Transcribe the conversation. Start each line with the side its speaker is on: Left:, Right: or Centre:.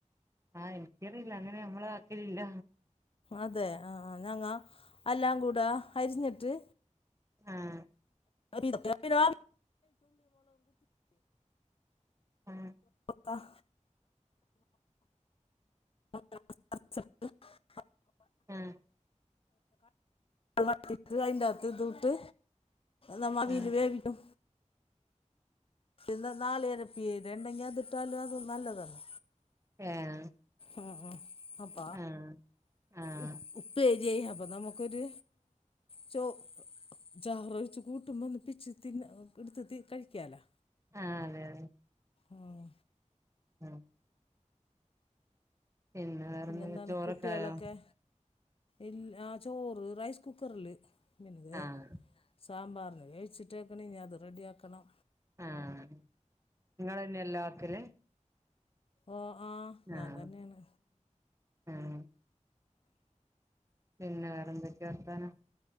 Right: ആഹ് ഇൻക്കറിയില്ല അങ്ങനെ ഞമ്മളാക്കലില്ല
Left: അതെ ആഹ് ആഹ് ഞങ്ങ എല്ലാം കൂടെ അരിഞ്ഞിട്ട്
Right: ആഹ്
Left: <inaudible>
Right: ആഹ്
Left: അഹ് <inaudible> <unintelligible>
Right: ആഹ്
Left: അതിനകത് ഇതുട്ട് നമ്മ ആവീല്
Right: ആഹ്
Left: വേവിക്കും പിന്ന നാളി അരപ്പിയത് ഇണ്ടെങ്കിൽ അത്തിട്ടാലും അത് നല്ലതാണ്.
Right: ഏഹ്
Left: ഉം ഉം അപ്പ
Right: ആഹ് ആഹ് ആഹ്
Left: ഉ ഉപ്പേരിയായി അപ്പ നമു ക്കൊരു ച്ചോ ചാറൊഴിച്ച് കൂട്ടുമ്പോ ഒന്ന് പിച്ചി തിന്ന എടുത്ത് കഴിക്കാലോ
Right: ആഹ് അതെ അതെ
Left: ആഹ്
Right: ഉം പിന്നെ വേറെന്ത
Left: പിന്നെന്താണ്
Right: ചോറൊക്കെ
Left: കുട്ട്യാളൊക്കെ
Right: ആയോ
Left: ഇല്ല ആ ചോറ് റൈസ് കുക്കറില് പിന്നതെ
Right: ആഹ്
Left: സാമ്പാറിന് വേിച്ചിട്ട് ക്കണ് ഇനി അത് റെഡിയാക്കണം
Right: ആഹ് നിങ്ങളെന്നെ എല്ലോം ആക്കല്
Left: ഓഹ് ആഹ് ഞാൻ
Right: ആഹ്
Left: തന്നെയാണ്
Right: ആഹ് പിന്നെ വേറെന്തൊക്കെയ വർത്താനം